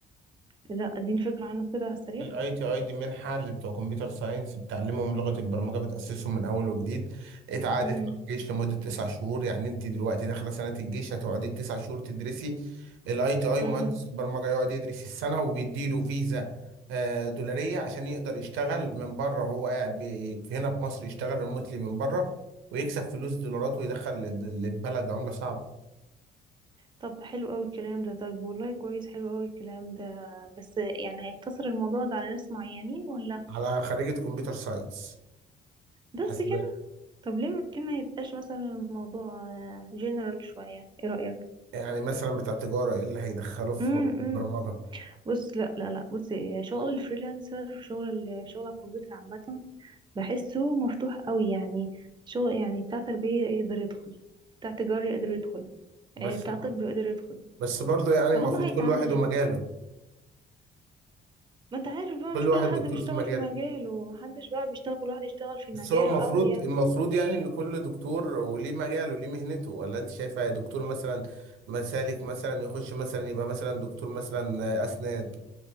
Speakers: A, on the right; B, on the right.
A: لا اديني فكرة عنه كده على السريع
B: الاي تي اي دي منحه اللي بتوع كمبيوتر ساينس بتعلمهم لغه البرمجه بتاسسهم من اول وجديد اتعادت
A: امم
B: مع الجيش لمده تسع شهور يعني انت دلوقتي داخله سنه الجيش هتقعدي تسع شهور تدرسي الاي تي اي
A: امم
B: مهندس البرمجه يقعد يدرس السنه وبيديله فيزا آه، دولاريه عشان يقدر يشتغل من بره وهو قاعد ب- هنا في مصر يشتغل ريموتلي من بره ويكسب فلوس دولارات ويدخل لل- للبلد عمله صعبه
A: طب حلو قوي الكلام ده طب والله كويس حلو قوي الكلام ده بس يعني هيقتصر الموضوع ده على ناس معينين ولا
B: على خريجه كمبيوتر ساينس
A: بس
B: حسب
A: كده طب ليه م- ليه ما يبقاش مثلا الموضوع جنرال شوية ايه رأيك
B: يعني مثلا بتاع تجارة ايه اللي هيدخله في
A: امم
B: حوار البرمجة
A: بص لا لا لا بص إيه، شغل الفريلانسر شغل ال- شغل على الكمبيوتر عامة بحسه مفتوح قوي يعني شغل يعني بتاع تربية يقدر يدخل بتاع تجاري يقدر يدخل
B: بس
A: آه، بتاع طب يقدر يدخل
B: بس برضه يعني
A: طالما
B: المفروض
A: هيتعلم
B: كل واحد ومجاله
A: ما انت عارف بقى
B: كل
A: مش
B: واحد
A: كل حد
B: دكتور
A: بيشتغل
B: في مجاله
A: في مجاله ومحدش بقى بيشتغل كل واحد يشتغل في
B: بس
A: مجاله
B: هو المفروض
A: قوي يعني
B: المفروض يعني ان كل دكتور وليه مجاله وليه مهنته ولا انت شايفه دكتور مثلا مسالك مثلا يخش مثلا يبقى مثلا دكتور مثلا اسنان